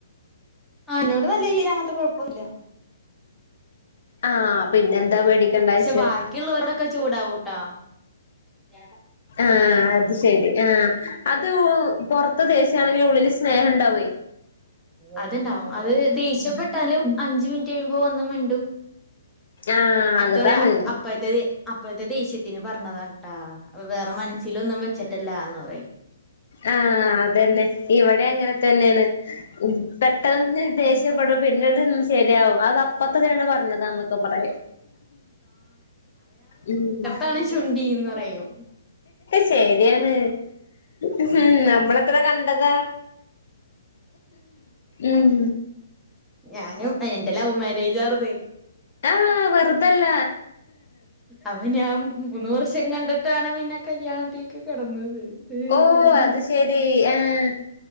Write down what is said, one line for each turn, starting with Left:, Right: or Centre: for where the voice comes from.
Centre: ആ എന്നോട് നല്ല ഇല്ലൽ അങ്ങനത്തെ കൊഴപ്പൊന്നില്ല
Left: ആഹ് പിന്നെ എന്താ പേടിക്കണ്ടാവശ്യം
Centre: പക്ഷെ ബാക്കിയുള്ളവരോടൊക്കെ ചൂടാവൂട്ടാ <unintelligible>
Left: ആഹ് അത് ശരി ആഹ് അത് പൊറത്ത് ദേഷ്യാണെങ്കില് ഉള്ളില് സ്നേഹണ്ടാവേ
Centre: അത്ണ്ടാവും അത് ദേഷ്യ പെട്ട് ഇട്ടാലും അഞ്ച് മിനിറ്റ് കഴിയുമ്പോ വന്ന് മിണ്ടും
Left: ആഹ്
Centre: എന്നിട്ട്
Left: അതാണ്
Centre: പറയാ അപ്പായത്ത അപ്പഴത്തെ ദേഷ്യത്തിന് പറഞ്ഞതാ ട്ടാ വേറെ മനസ്സിലൊന്നും വെച്ചിട്ടില്ല എന്ന് പറയും
Left: ആഹ അതന്നെ ഇവിടെ അങ്ങനെ തന്നെയാണ് പെട്ടെന്ന് ദേഷ്യപ്പെടും പിന്നെത് ശരിയാവും അത് അപ്പത്തെ തന്നാണ് പറഞ്ഞതാണ് <unintelligible>
Centre: <inaudible> പറയോ
Left: ശരിയാണ് ഉ നമ്മളെത്ര കണ്ടതാ ഉം
Centre: ഞാനും എൻ്റെ ലൗ മാര്യേജ് ആര്ന്നു
Left: ആ വെറുതല്ല
Centre: അവ ഞാൻ മൂന്നു വർഷം കണ്ടിട്ടാണ് പിന്നെ കല്യാണത്തിൽ <unintelligible>
Left: ഓ അത് ശരി ആഹ്